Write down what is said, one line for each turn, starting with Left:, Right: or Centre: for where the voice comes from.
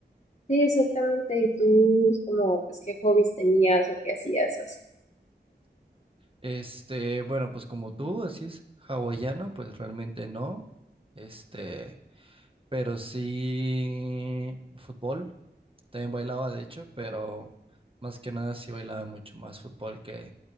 Left: Sí, exactamente. ¿Y tú, como, pues qué hobbies tenías o qué hacías o así?
Right: Este, bueno, pues como tú decís, hawaiano, pues realmente no. Este, pero sí fútbol. También bailaba, de hecho, pero más que nada sí bailaba mucho más fútbol que,